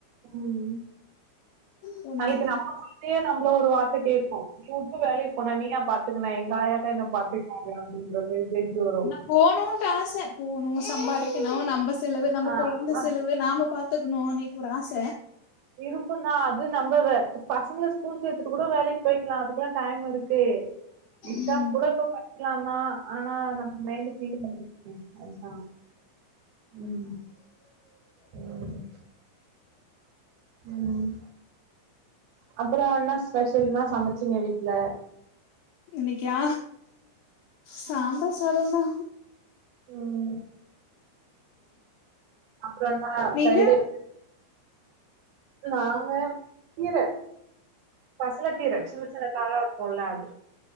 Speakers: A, on the right; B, on the left.
A: ம்
B: புரியுது
A: நாளைக்கி
B: புரியுது
A: நம்ப கொழந்தையு நம்ப்ள ஒரு வார்த்த கேக்கு உட்டு உட்டு வேலைக் போன நீயா பாத்துக்கனா எங்காயாதா என்ன பாத்துக்னாங்க அப்டின்ற மாரி பேச்சி வரு
B: ஆனா போணுன்ட்டு ஆச போணு சம்பாதிக்கிணு நம்ப செலவு நம்ப
A: ஆ
B: கொழந்த
A: அ
B: செலவு நாம பா த்துக்குணு அனிட்டு ஒரு ஆச
A: இருக்குந் தா அது நம்பல்த பசங்கள ஸ்கூல் சேத்துட்டு கூட வேலைக் போய்க்லா அதுக்லா டைம் இருக்கு எக்சாம்
B: ம்
A: கூட இப்ப படிக்கலாந் தா ஆனா நம்ம மைண்டு <unintelligible> அதுதா ம் ம் ம் அப்பறோ ன்னா ஸ்பெஷல் இன்னா சமச்சீங்க வீட்ல
B: இன்னைக்கா சாம்பார் சாதோந் தா
A: ம் அப்றோ இன்னா ஃப்ரைடே
B: நீங்க
A: நாங்க கீர பசல கீர சின்ன சின்ன தாழ இருக்குல அது